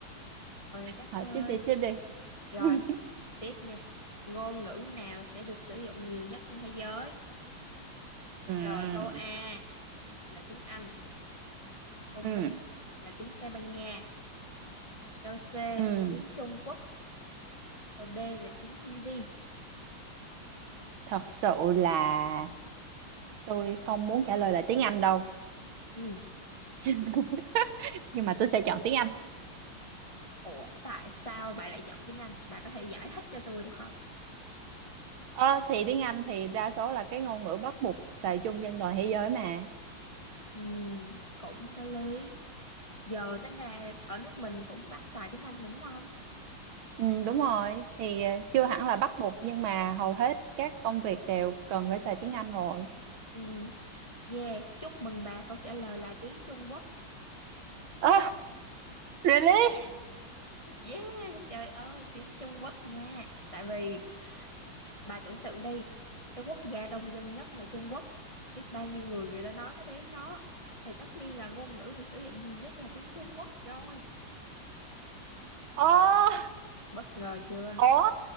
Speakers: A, on the left; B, on the right.
A: rồi Đắc
B: hỏi
A: ơi.
B: tiếp đi tiếp đi
A: Rồi,
B: <laughs>
A: tiếp nha. Ngôn ngữ nào sẽ được sử dụng nhiều nhất trên thế giới?
B: ừ
A: Rồi, câu A là tiếng Anh, câu
B: ừ
A: B là tiếng Tây Ban Nha, câu C là
B: ừ
A: tiếng Trung Quốc, câu D là tiếng Hindi.
B: thật sự là tôi không muốn trả lời là tiếng Anh đâu
A: Ừ.
B: <laughs> nhưng mà tôi sẽ chọn tiếng Anh
A: Ủa, tại sao bà lại chọn tiếng Anh? Bà có thể giải thích cho tôi được không?
B: Ờ, thì tiếng Anh thì đa số là cái ngôn ngữ bắt buộc xài chung trên toàn thế giới mà.
A: Ừ, cũng có lý. Giờ tính ra ở nước mình cũng bắt xài tiếng Anh mà đúng không?
B: Ừ, đúng rồi. Thì ờ, chưa hẳn là bắt buộc nhưng mà hầu hết các công việc đều cần phải xài tiếng Anh rồi.
A: Ừ, yeah, chúc mừng bà, câu trả lời là tiếng Trung Quốc.
B: Ơ, really?
A: Yeah, trời ơi, tiếng Trung Quốc nha. Tại vì bà tưởng tượng đi, cái quốc gia đông dân nhất là Trung Quốc. Biết bao nhiêu người người ta nói cái tiếng đó. Thì tất nhiên là ngôn ngữ được sử dụng nhiều nhất là tiếng Trung Quốc rồi.
B: Ồ,
A: Bất ngờ chưa?
B: ủa,